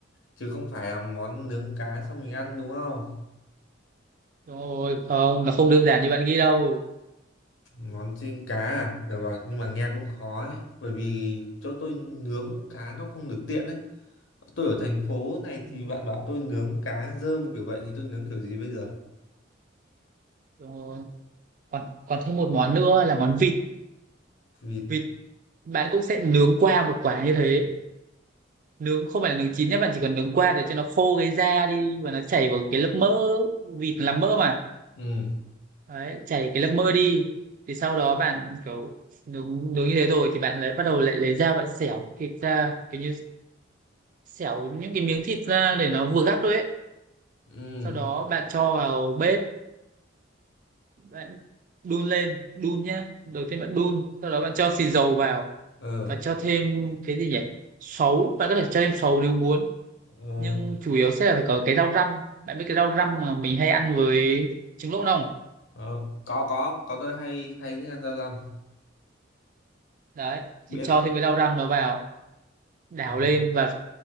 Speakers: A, on the left (about 80°); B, on the right (about 40°).
A: chứ không phải là món nướng cá xong mình ăn đúng không
B: Rồi không, nó không đơn giản như bạn nghĩ đâu.
A: Món chim cá à? Được rồi, nhưng mà nghe cũng khó ấy. Bởi vì chỗ tôi nướng cá nó không được tiện ấy. Tôi ở thành phố này
B: Ừ.
A: thì bạn bảo tôi nướng cá rơm kiểu vậy thì tôi nướng kiểu gì bây giờ?
B: Rồi, còn còn thêm một món nữa là món vịt.
A: Vịt.
B: Vịt bạn cũng sẽ nướng qua một quả như thế. Nướng không phải là nướng chín nhé, bạn chỉ cần nướng qua để cho nó khô cái da đi và nó chảy vào cái lớp mỡ, vịt là mỡ mà.
A: Ừ,
B: Đấy, chảy cái lớp mỡ đi. Thì sau đó bạn kiểu nướng nướng như thế rồi thì bạn lại bắt đầu lại lấy dao bạn xẻo thịt ra, kiểu như xẻo những cái miếng thịt ra để nó vừa gắp thôi ấy.
A: ừ,
B: Sau đó bạn cho vào bếp bạn đun lên đun nhá đầu tiên bạn đun sau đó bạn cho xì dầu vào
A: ừ,
B: và cho thêm cái gì nhỉ sấu bạn có thể cho thêm sấu nếu muốn
A: ừ.
B: nhưng chủ yếu sẽ là phải có cái rau răm bạn biết cái rau răm mà mình hay ăn với trứng lỗ không
A: Ờ, có, có, có tôi hay hay thích ăn rau răm.
B: đấy
A: Biết.
B: thì cho thêm cái rau răm nó vào đảo
A: Ừ.
B: lên và